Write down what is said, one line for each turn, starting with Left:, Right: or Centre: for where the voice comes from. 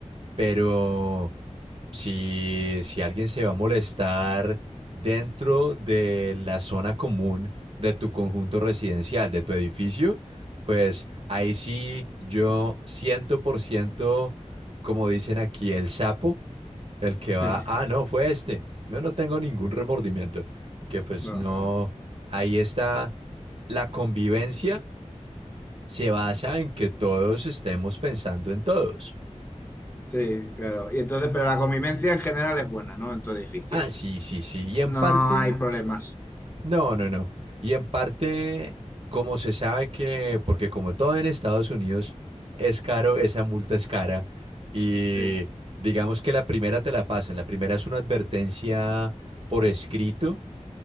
Right: pero si, si alguien se va a molestar dentro de la zona común de tu conjunto residencial, de tu edificio, pues ahí sí yo ciento por ciento, como dicen aquí, el sapo, el que va,
Left: Sí,
Right: ah, no, fue este. Yo no tengo ningún remordimiento. Que pues
Left: no,
Right: no,
Left: claro.
Right: ahí está la convivencia, se basa en que todos estemos pensando en todos.
Left: Sí, claro. Y entonces, pero la convivencia en general es buena, ¿no? En tu edificio.
Right: Ah, sí, sí, sí. Y en
Left: No
Right: parte
Left: hay problemas.
Right: No, no, no. Y en parte, como se sabe que, porque como todo en Estados Unidos es caro, esa multa es cara. Y
Left: Sí,
Right: digamos que la primera te la pasan. La primera es una advertencia por escrito.